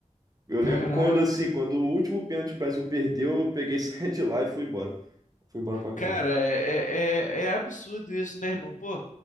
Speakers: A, on the right; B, on the left.
A: Eu
B: Caraca.
A: lembro quando, assim, quando o último pênalti o Brasil perdeu, eu peguei, <laughs> saí de lá e fui embora. Fui embora pra casa.
B: Cara, é, é, é é absurdo isso, né, irmão? Pô,